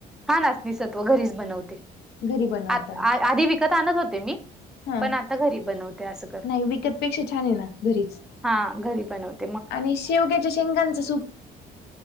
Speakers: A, in the centre; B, on the left.
A: हा नाचणी सत्व घरीच बनवते,
B: घरी बनवता.
A: आ आधी विकत आणत होते मी. <unintelligible>
B: हा
A: पण आता घरी बनवते असं करते
B: नाही विकतपेक्षा छान आहे ना घरीच.
A: हा घरी बनवते <unintelligible>
B: आणि शेवग्याच्या शेंगांचं सूप <unintelligible>